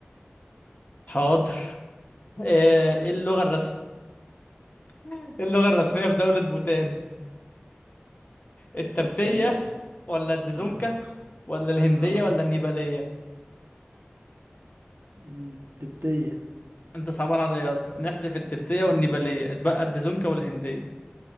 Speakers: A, on the left; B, on the right.
A: حاضر <laughs> آه، ايه اللغة الرسمية <laughs> اللغة الرسمية في دولة بوتان التبتية
B: ايه السؤال ده
A: ولا الديزونكا
B: اه
A: ولا الهندية
B: اه
A: ولا النيبالية
B: مم، تبتية
A: انت صعبان عليا يا اسطى نحذف التبتية والنيبالية اتبقى الديزونكا والهندية